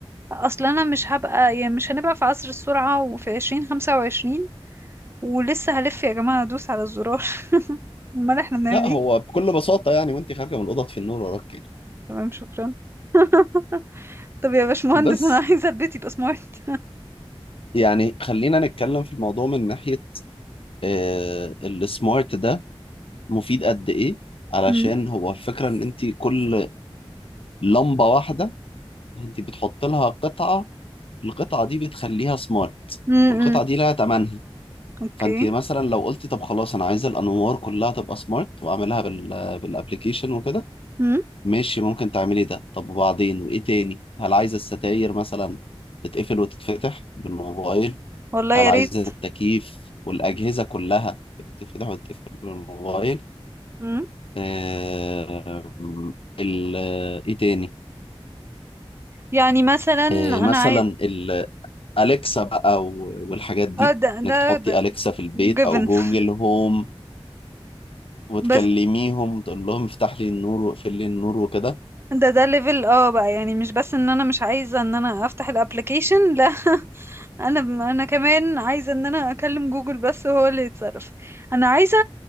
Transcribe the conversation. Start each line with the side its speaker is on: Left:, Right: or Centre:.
Right: اصلا انا مش هبقى يعني مش هنبقى في عصر السرعة وفي عشرين خمسة وعشرين ولسه هلف يا جماعة ادوس على الزرار <laughs> امال احنا بنعمل
Left: لا
Right: ايه
Left: هو بكل بساطه يعني وانت خارجه من الاوضه في النور وراك كده
Right: تمام شكرا <laughs> طب يا باشمهندس
Left: بس
Right: انا عايزة البيت يبقى سمارت
Left: يعني خلينا نتكلم في الموضوع من ناحيه آه، السمارت ده مفيد قد ايه علشان
Right: <laughs> مم.
Left: هو الفكره ان انت كل لمبه واحده انت بتحط لها قطعة القطعة دي بتخليها سمارت
Right: مم،
Left: والقطعة
Right: مم.
Left: دي لها تمنها
Right: اوكي
Left: فانت مثلا لو قلتي طب خلاص انا عايزة الانوار كلها تبقى سمارت واعملها بال بالابليكيشن وكده
Right: مم.
Left: ماشي ممكن تعملي ده طب وبعدين وايه تاني هل عايزة الستاير مثلا تتقفل وتتفتح بالموبايل
Right: والله يا
Left: هل عايزة
Right: ريت
Left: التكييف والأجهزة كلها تتفتح وتتقفل بالموبايل
Right: مم.
Left: آه... ال... ايه تاني
Right: يعني مثلا
Left: آه، مثلا
Right: انا عايز
Left: ال- أليكسا بقى و- والحاجات دي
Right: اه ده
Left: إنك
Right: ده
Left: تحطي
Right: ده
Left: أليكسا في البيت
Right: جيفن
Left: أو جوجل
Right: <laughs>
Left: هوم وتكلميهم
Right: بس
Left: تقول لهم افتح لي النور واقفل لي النور وكده
Right: ده ده ليفل اه بقى يعني مش بس ان انا مش عايزه ان انا افتح الابلكيشن لا <laughs> انا انا كمان عايزه ان انا اكلم جوجل بس هو اللي يتصرف انا عايزه